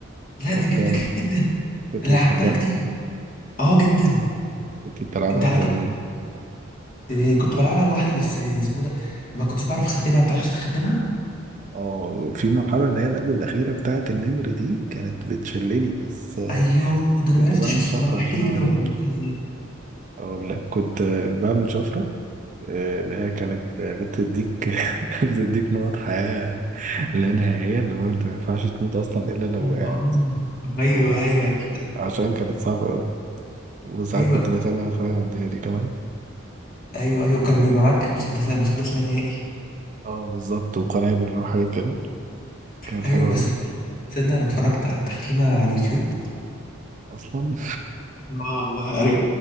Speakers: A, on the left (about 45°); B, on the right (about 40°).
A: لا
B: انت
A: دي جامده جدا
B: كنت
A: انا
B: بتحبها؟
A: لعبتها كتير اه جدا
B: كنت بتلعبها
A: انت
B: انت
A: على كده
B: ومين؟
A: اه، كنت بلعبها لوحدي بس اسمه ده ما كنتش بعرف اختمها انت عرفت تختمها
B: اه في المرحلة اللي هي اللي قبل الأخيرة بتاعت النمر دي كانت بتشلني بس آه،
A: ايوه ده
B: كنت
A: انا ما عرفتش
B: بعمل
A: اوصل
B: شفرة
A: لها احكي
B: عشان
A: لي
B: أعدي
A: كده وعملتها ازاي
B: أقول لك كنت آه، بعمل شفرة آه، اللي هي كانت آه، بتديك <laughs> بتديك نقط حياة لا نهائية اللي هو انت ما ينفعش تموت اصلا الا لو
A: ايوه
B: وقعت
A: اه. ايوه
B: هو
A: ايوه عرفتها.
B: عشان كانت صعبة أوي وساعات
A: ايوه
B: كنت بخلي أخويا يعديها لي كمان
A: ايوه ايوه كان بيبقى معاك مسدس مسدس لا نهائي
B: اه بالظبط وقنابل وحاجات كده كانت
A: ايوه
B: حلوة
A: بس
B: أوي
A: تصدق انا اتفرجت على التختيمه على اليوتيوب
B: أصلا
A: اه ما عارف